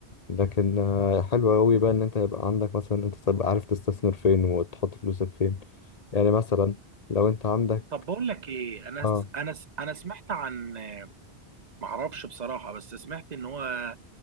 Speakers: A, on the left; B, on the right.
A: لكن آه، حلو قوي بقى ان انت يبقى عندك مثلا انت تبقى عارف تستثمر فين وتحط فلوسك فين يعني مثلا لو انت عندك
B: طب بقول لك ايه انا
A: اه
B: س... انا س... انا سمعت عن معرفش بصراحه بس سمعت ان هو